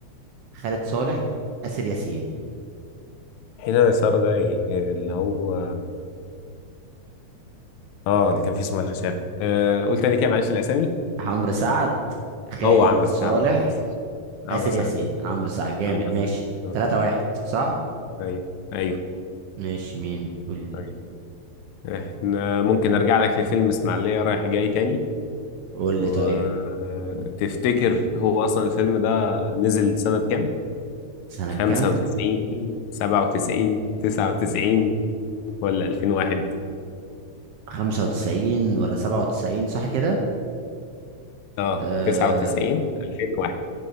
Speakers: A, on the right; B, on the left.
A: خالد صالح آسر ياسين
B: هنا يسار ده ايه اللي هو اه اللي كان فيه اسمه الخشاب آه، قول تاني كده معلش الاسامي
A: عمرو سعد خالد
B: هو عمرو
A: صالح
B: سعد خلاص عمرو
A: آسر
B: سعد
A: ياسين عمرو سعد جامد
B: عمرو سعد
A: ماشي
B: آه،
A: 3 واحد صح
B: ايوه ايوه
A: ماشي مين قول لي
B: ايوه احنا ممكن ارجع لك لفيلم اسماعيلية رايح جاي تاني
A: قول لي
B: وتفتكر
A: طيب
B: هو أصلا الفيلم ده نزل سنة كام؟
A: سنة
B: 95
A: كام
B: 97 99 ولا 2001
A: 95 ولا 97 صح كده
B: اه
A: آه
B: 99 2001